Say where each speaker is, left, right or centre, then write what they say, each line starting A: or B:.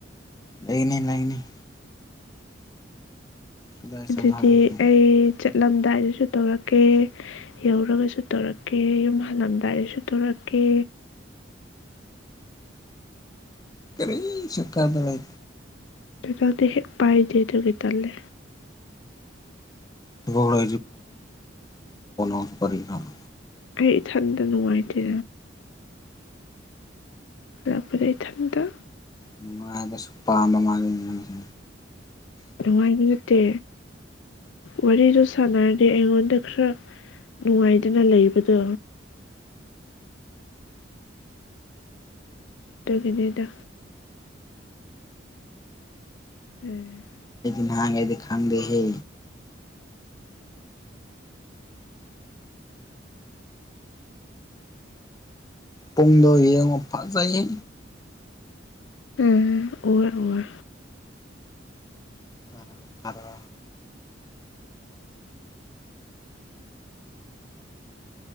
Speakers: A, on the left; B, on the left.
A: ꯂꯩꯅꯤ ꯂꯩꯅꯤ ꯀꯗꯥꯏ
B: ꯑꯗꯨꯗꯤ
A: ꯆꯠꯂꯣ ꯍꯥꯏꯕꯅꯣ
B: ꯑꯩ ꯆꯠꯂꯝꯗꯥꯏꯗꯁꯨ ꯇꯧꯔꯛꯀꯦ ꯌꯧꯔꯒꯁꯨ ꯇꯧꯔꯛꯀꯦ ꯌꯨꯝ ꯍꯜꯂꯝꯗꯥꯏꯗꯁꯨ ꯇꯧꯔꯛꯀꯦ
A: ꯀꯔꯤꯁꯨ ꯀꯥꯟꯅꯔꯣꯏ
B: ꯗꯗꯥꯗꯤ ꯍꯦꯛ ꯄꯥꯏꯗꯦ ꯑꯗꯨꯒꯤ ꯇꯜꯂꯦ
A: ꯇꯣꯅ <unintelligible>
B: ꯑꯩ ꯏꯊꯟꯗ ꯅꯨꯡꯉꯥꯏꯇꯦ ꯍꯜꯂꯛꯄꯗ ꯏꯊꯟꯇ
A: ꯅꯨꯡꯉꯥꯏꯕꯁꯨ ꯄꯥꯝꯕ ꯃꯥꯂꯦꯅꯦ ꯅꯪꯁꯦ
B: ꯅꯨꯡꯉꯥꯏꯕ ꯅꯠꯇꯦ ꯋꯥꯔꯤꯗꯣ ꯁꯥꯟꯅꯔꯗꯤ ꯑꯩꯉꯣꯟꯗ ꯈꯔ ꯅꯨꯡꯉꯥꯏꯗꯅ ꯂꯩꯕꯗꯣ ꯑꯗꯨꯒꯤꯅꯤꯗ ꯎꯝ
A: ꯅꯍꯥꯟꯒꯩꯗꯤ ꯈꯪꯗꯦ ꯍꯦ ꯄꯨꯡꯗꯣ ꯌꯦꯡꯉꯣ ꯐꯖꯩꯌꯦ
B: ꯎꯝ ꯎꯔꯦ ꯎꯔꯦ
A: ꯇꯔꯥ ꯇꯔꯥ